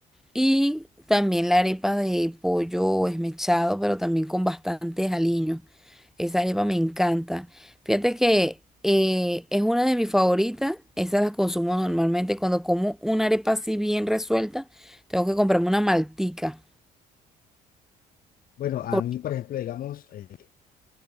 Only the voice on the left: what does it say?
Bueno, a
mí, por ejemplo, digamos. eh,